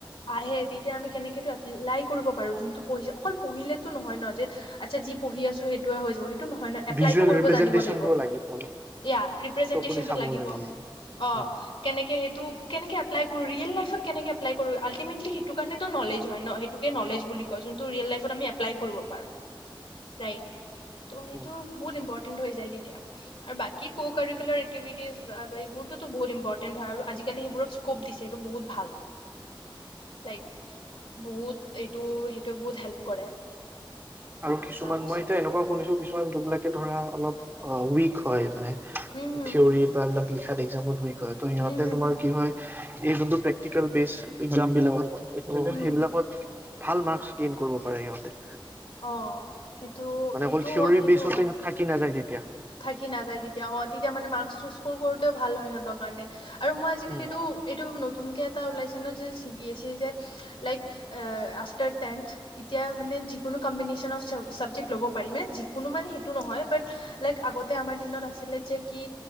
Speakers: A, on the left (about 75°); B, on the right (about 25°).
A: আহে, তেতিয়া আমি কেনেকে এইটো এপ্লাই কৰিব পাৰোঁ, যোনটো পঢ়িছে, অকল পঢ়িলেতো নহয় ন যে আচ্ছা, যি পঢ়ি আছোঁ, সেইটোৱে হৈ যাব। সেইটো নহয় ন, এপ্লাইটো
B: ভিজুৱেল
A: কৰিব
B: ৰিপ্ৰেজেন্টেচনটোও
A: জানিব লাগিব,
B: অলপ
A: এতিয়া ৰেপ্ৰেজেণ্টেচনটো
B: চকু দি চাব
A: লাগিব।
B: আমি।
A: অ'।
B: উম,
A: কেনেকে সেইটো কেনেকে এপ্লাই কৰোঁ, ৰিয়েল লাইফত কেনেকে এপ্লাই কৰোঁ, আল্টিমেটলি সেইটো কাৰণে টো নলেজ হয় ন! সেই সেইটোকে নলেজ বুলি কয়, যোনটো ৰিয়েল লাইফত আমি এপ্লাই কৰিব পাৰোঁ। ৰাইট, ত' সেইটো
B: উম,
A: বহুত ইম্পৰ্টেন্ট হৈ যায় তেতিয়া। আৰু বাকী ক' কাৰিকুলাৰ এক্টিভিটিজ বা এইবোৰতো বহুত ইম্পৰ্টেন্ট হয় আৰু আজিকালি সেইবোৰ স্কপ দিছে, এইটো বহুত ভাল।
B: <unintelligible>
A: লাইক বহুত এইটো সেইটো বহুত হেল্প কৰে।
B: আৰু কিছুমান
A: তাৰপিছত
B: মই এতিয়া এনেকুৱা শুনিছোঁ কিছুমান যোনবিলাকে ধৰা অলপ অ' উইক হয় মানে
A: হম হম
B: থিয়ৰৰি বা এইবিলাক লিখাত এক্সামত উইক হয় ত সিহঁতে
A: হম হম
B: তোমাক কি হয় এই যোনবোৰ প্ৰেক্টিকেল প্ৰেছ, এক্সাম বিলাক
A: হম
B: সেইবিলাকত ভাল মাৰ্কচ গেইন কৰিব পাৰে সিহঁতে।
A: অ' সেইটো,
B: মানে
A: সেইটো,
B: অকল থিয়ৰী
A: সেইটো
B: বেচতে
A: হয়।
B: সিহঁত থাকি নাযায় তেতিয়া
A: থাকি নাযায় তেতিয়া অ' তেতিয়া মানে মাৰ্কটো স্কৰ কৰোঁতেও ভাল হয় সিহঁতৰ কাৰণে আৰু মই আজিকালি
B: উম,
A: এইটো এইটো নতুনকৈ এটা ওলাইছে ন যে চি বি এছ ই যে লাইক আফটাৰ টেন্থ এতিয়া মানে যিকোনো কম্বিনেশ্যন অফ চ-চাবজেক্ট ল'ব পাৰিমে যিকোনো মানে সেইটো নহয় বাত লাইক আগতে আমাৰ দিনত আছিলে যে কি